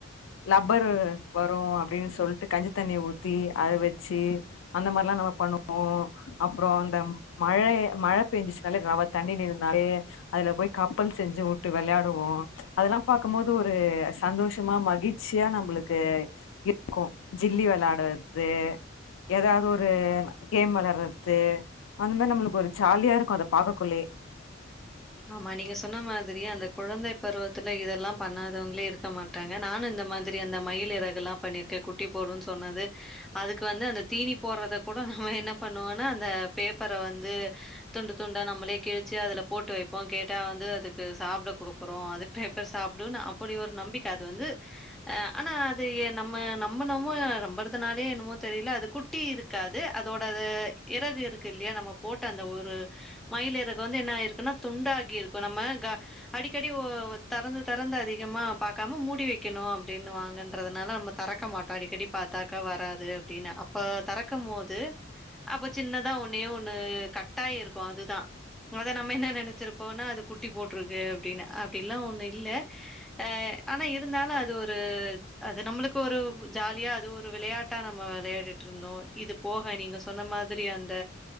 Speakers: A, on the left; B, in the centre.
A: லப்பரு வரு அப்டினு சொல்ட்டு கஞ்சி தண்ணிய ஊத்தி அத வெச்சி அந்த மார்லா நம்ம பண்ணுவோ அப்றோ அந்த மழை மழ பேஞ்சிச்சுனாலே ரவத் தண்ணி நிருந்தாலே அதுல போய் கப்பல் செஞ்சு வுட்டு வெளையாடுவோ அதலாம் பாக்கம்போது ஒரு சந்தோஷமா மகிழ்ச்சியா நம்ளுக்கு க்கு ஜில்லி வெளாடத்தே எதாது ஒரு கேம் வெளாட்றத்தே அந்த மாரி நம்ளுக்கு ஒரு ஜாலியா இருக்கு அதப் பாக்ககுள்ளயே
B: ஆமா நீங்க சொன்ன மாதிரியே அந்தக் குழந்தை பருவத்துல இதெல்லாம் பண்ணாதவங்ளே இருக்க மாட் ட்டாங்க நானு இந்த மாதிரி அந்த மயில் இறகலாம் பண்ணிருக்கே குட்டி போடுன் சொன்னது அதுக்கு வந்து அந்தத் தீனி போறதக் கூட நம்ம என்ன பண்ணுவோனா அந்த பேப்பர வந்து துண்டு துண்டா நம்மளே கிழுச்சி அதுல போட்டு வைப் போ கேட்டா வந்து அதுக்கு சாப்ட குடுக்கறோ அதுப் பேப்பர் சாப்டுனு அப்பிடி ஒரு நம்பிக்க அது வந்து அ ஆனா அது எ நம்ம நம்பனமோ நம்பறதனாலையே என்னமோ தெரில அது குட் ட்டி இருக்காது அதோட அத எறர் இருக்கு இல்லியா நம்ம போட்ட அந்த ஒரு மயிலிறகு வந்து என்ன ஆயிருக்குனா துண்டாகி இருக்கு நம்ம க அடிக்கடி ஒ தெறந்து தெறந்து அதிகமா பாக்காம மூடி வெக்கணு அப்டின்னு வாங்கன்றதனால நம்ம தெறக்க மாட்டோ அடிக்கடி பாத்தாக்கா வராது அப்டினு அப்ப தெறக்கம்மோது அப்ப சின்னதா ஒன்னே ஒன்னு கட்டாயி இருக்கு அதுதா அத நம்ம என்ன நென ச்சிருப்போனா அது குட்டி போட்டிருக்கு அப்டினு அப்டிலா ஒன்னு இல்ல அ ஆனா இருந்தாலு அது ஒரு அது நம்ளுக்கு ஒரு ஜாலியா அது ஒரு விளையாட்டா நம்ம வெளையாடிட்ருந்தோ இதுப் போக நீங்க சொன்ன மாதிரி அந்த